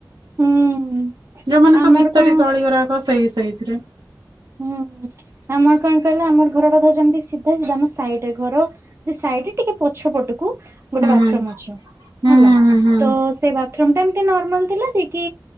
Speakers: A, on the right (about 35°); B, on the right (about 70°).
A: ହୁଁ
B: ଯୋଉମାନେ
A: ଆମର
B: ସବୁ ଭିତରେ
A: କଣ
B: ଗଳି ଗୁରାକ ସେଇ ସେଇଥିରେ।
A: ହୁଁ ଆମର କଣ କହିଲ, ଆମର ଘରଟା ଧର ଯେମିତି ସିଧା ସିଧା ଆମ ସାଇଡରେ ଘର ସେ ସାଇଡରେ ଟିକେ ପଛ ପଟକୁ ଗୋଟେ
B: ହୁଁ
A: ବାଥରୁମ
B: ହୁଁ
A: ଅଛି ହେଲା।
B: ହୁଁ ହୁଁ
A: ତ ସେ ବାଥରୁମଟା ଏମିତି ନର୍ମାଲ ଥିଲା, ଯେ କିି